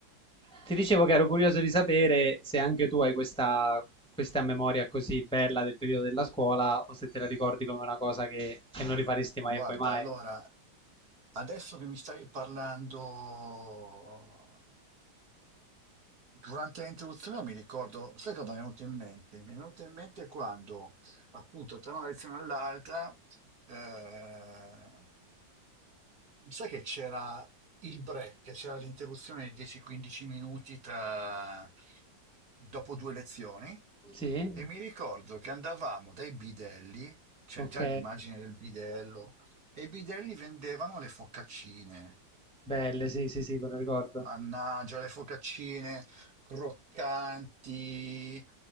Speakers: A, in the centre; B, on the right.
A: Ti dicevo che ero curioso di sapere se anche tu hai questa, questa memoria così bella del periodo della scuola o se te la ricordi come una cosa che, che non rifaresti mai
B: Guarda,
A: e poi mai.
B: allora, adesso che mi stavi parlando, durante l'introduzione mi ricordo, sai cosa mi è venuto in mente? Mi è venuto in mente quando, appunto, tra una lezione all'altra, eh, Sai che c'era il break, c'era l'interruzione di 10-15 minuti tra... dopo due lezioni
A: Sì?
B: e mi ricordo che andavamo dai bidelli, c'è
A: Ok.
B: già l'immagine del bidello, e i bidelli vendevano le focaccine.
A: Belle, sì, sì, sì, me lo ricordo.
B: Mannaggia, le focaccine croccanti.